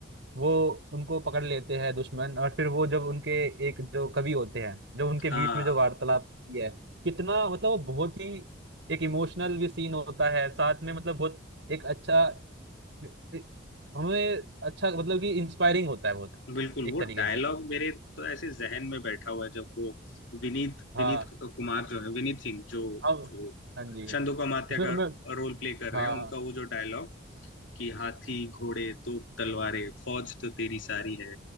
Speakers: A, on the right; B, on the left.
A: वो उनको पकड़ लेते हैं दुश्मन और फिर वो जब उनके एक जो कवि होते हैं जब उनके
B: हाँ
A: बीच में जो वार्तालाप की है कितना मतलब वो बहुत ही एक इमोशनल भी सीन होता है साथ में मतलब बहुत एक अच्छा एक- हमें अच्छा मतलब कि इंस्पायरिंग होता है बहुत
B: बिल्कुल
A: एक
B: वो
A: तरीके
B: डायलॉग
A: से
B: मेरे तो ऐसे जहन में बैठा हुआ है जब वो विनीत
A: हाँ
B: विनीत कुमार जो है विनीत सिंह जो
A: हम
B: जो
A: हाँ जी
B: छंदो
A: हाँ जी।
B: कामात्या
A: उसमें
B: का
A: हमें
B: रोल प्ले कर रहे
A: हाँ
B: हैं उनका वो जो डायलॉग कि हाथी घोड़े तोप तलवारें फौज तो तेरी सारी है